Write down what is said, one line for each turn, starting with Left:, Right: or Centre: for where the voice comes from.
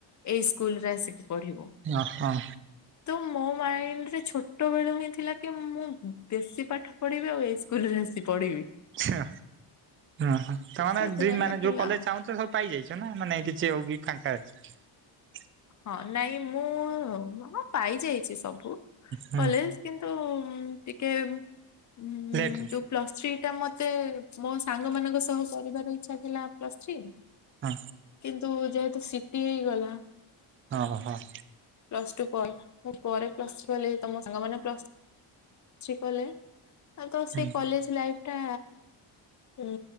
Left: ଏଇ ସ୍କୁଲ ରେ ଆସିକି ପଢିବୁ।
Right: ଓ ହଁ
Left: ତ ମୋ ମାଇଣ୍ଡରେ ଛୋଟବେଳୁ ହିଁ ଥିଲା କି ମୁଁ ବେସି ପାଠ ପଢିବି ଆଉ ଏଇ ସ୍କୁଲରେ ଆସି ପଢିବି।
Right: ଆଚ୍ଛା। ଓହୋ ତାମାନେେ
Left: ସେଥିପାଇଁକା
Right: ଡିଲ୍ ମାନେ ଯୋଉ
Left: ଥିଲା
Right: କଲେଜ
Left: ଆଉ
Right: ଚାହୁଛ ସବୁ ପାଇଯାଇଛ ନା, ମାନେ କିଛି ଆଉ ବି ଫାଙ୍କା <unintelligible>
Left: ହଁ ନାଇଁ ମୁଁ, ହଁ, ପାଇଯାଇଛି ସବୁ। ବୁ
Right: ହୁଁ
Left: କଲେଜ କିନ୍ତୁ ଟିକେ ଉଁ
Right: ଲେଟ୍
Left: ଯୋଉ ପ୍ଲସ୍ ଥ୍ରୀ ଟା ମ ମତେ ମୋ ସାଙ୍ଗ ମାନଙ୍କ ସହ କରିବାର ଇଚ୍ଛା ଥିଲା ପ୍ଲସ ଥ୍ରୀ।
Right: ହଁ
Left: କିନ୍ତୁ ଯେହେତୁ ସିଟି ହେଇଗଲା
Right: ହଁ ହଁ ହଁ।
Left: ପ୍ଲସ ଟୁ ପରେ, ମୁଁ ପରେ ପ୍ଲସ୍ ଟୁ କଲେ ତମ ସାଙ୍ଗମାନେ ପ୍ଲସ ଥ୍ରୀ କଲେ । ଆଁ ତ ସେ
Right: ହୁଁ
Left: କଲେଜ ଲାଇଫ୍ ଟା, ଉଁ